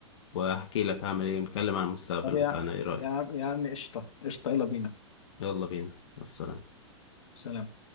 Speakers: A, on the left; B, on the left.
A: واحكي لك هعمل ايه ونتكلم عن المستقبل
B: طب
A: بتاعنا
B: يا
A: ايه رأيك
B: يا يا عم قشطة قشطة يلا بينا
A: يلا بينا والسلام
B: سلام